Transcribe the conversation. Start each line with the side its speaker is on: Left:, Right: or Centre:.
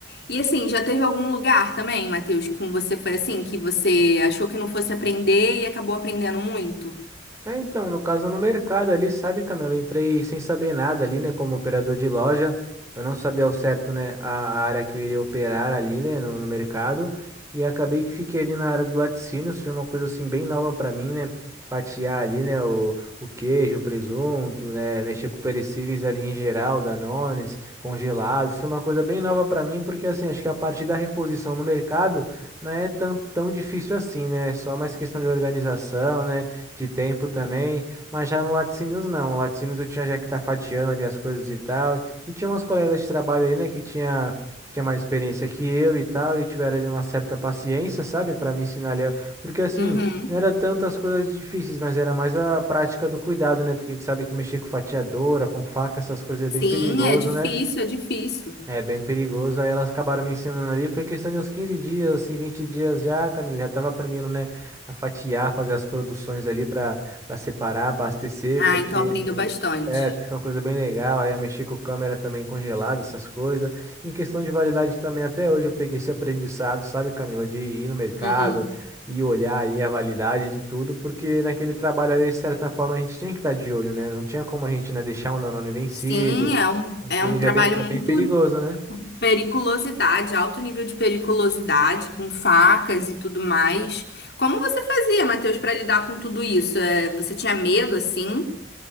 Left: E assim, já teve algum lugar também, Matheus, com você foi assim, que você achou que não fosse aprender e acabou aprendendo muito?
Right: É, então, no caso, no mercado ali, sabe, Camilo, eu entrei sem saber nada ali, né, como operador de loja, eu não sabia ao certo, né, a a área que eu iria operar ali, né, no, no mercado, e acabei que fiquei ali na área do laticínios, foi uma coisa, assim, bem nova para mim, né, fatiar ali, né, o, o queijo, o presunto, né, mexer com perecíveis ali em geral, danones, congelados, foi uma coisa bem nova para mim, porque, assim, acho que a parte da reposição no mercado não é tão, tão difícil assim, né, é só mais questão de organização, né, de tempo também, mas já no Laticínios não. O Laticínios eu tinha já que tá fatiando ali as coisas e tal, e tinha umas colegas de trabalho ali, né, que tinha, que tinha mais experiência que eu e tal, e tiveram ali uma certa paciência, sabe, para me ensinar ali, a- porque assim,
Left: Uhum.
Right: não era tantas coisas difíceis, mas era mais a prática do cuidado, né, porque a gente sabe que mexer com fatiadora, com faca, essas coisas é
Left: Sim,
Right: bem perigoso,
Left: é difícil,
Right: né?
Left: é difícil.
Right: É bem perigoso. Aí elas acabaram me ensinando ali. Foi questão de uns 15 dias, assim, 20 dias já, Camila. Já tava aprendendo, né, a fatiar, fazer as produções ali para para separar, abastecer,
Left: Ah,
Right: porque
Left: então aprendeu bastante.
Right: é, porque foi uma coisa bem legal. Aí eu mexi com câmera também congelada, essas coisas. Em questão de validade também, até hoje eu peguei esse aprendizado, sabe, Camila, de ir no mercado
Left: Uhum.
Right: e olhar ali a validade de tudo, porque naquele trabalho ali, de certa forma, a gente tinha que estar de olho, né? Não tinha como a gente, né, deixar um Danone vencido,
Left: Sim, é um,
Right: porque
Left: é
Right: ele
Left: um
Right: já
Left: trabalho
Right: é bem, é
Left: muito
Right: bem perigoso, né?
Left: periculosidade, alto nível de periculosidade, com facas e tudo mais. Como você fazia, Matheus, para lidar com tudo isso? É, você tinha medo assim?